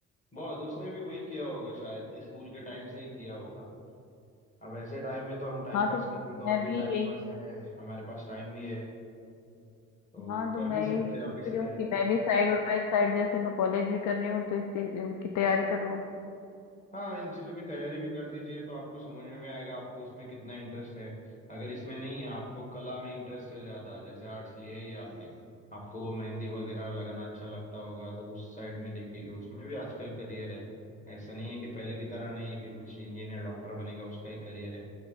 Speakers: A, on the left; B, on the left.
A: बहुत उसने भी वही किया होगा शायद कि स्कूल के टाइम से ही किया होगा अब ऐसे टाइम में तो हम टाइम
B: हाँ
A: पास
B: तो
A: करें तो
B: मैं
A: अभी
B: भी
A: टाइम
B: यही
A: पास है हमारे पास टाइम भी है तो
B: हाँ तो
A: कर
B: मैं
A: भी
B: यही
A: सकते
B: सोच
A: हैं अभी से
B: रही
A: तैयारी
B: हूँ कि मैं भी साइड बाय साइड जैसे मैं कॉलेज भी कर रही हूँ तो इस चीज की तैयारी कर लूँ
A: हाँ इन चीज़ों की तैयारी भी कर दीजिए तो आपको समझ में भी आएगा आपको उसमें कितना इंटरेस्ट है अगर इसमें नहीं है आपको कला में इंटरेस्ट है ज़्यादा जैसे आर्ट्स लिया ही है आपने आपको मेहंदी वगैरह लगाना अच्छा लगता होगा तो उस साइड में देखिए कि उसमें भी आजकल करियर है ऐसा नहीं है कि पहले की तरह नहीं है कि कुछ इंजीनियर डॉक्टर बनेगा उसका ही करियर है